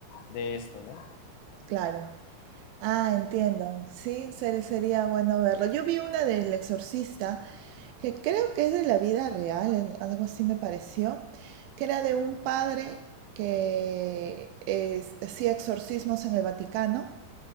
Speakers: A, on the left (about 85°); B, on the right (about 90°).
A: de esto, ¿no?
B: claro. Ah, entiendo. Sí, ser- sería bueno verlo. Yo vi una del Exorcista, que creo que es de la vida real, el- algo así me pareció, que era de un padre que es- hacía exorcismos en el Vaticano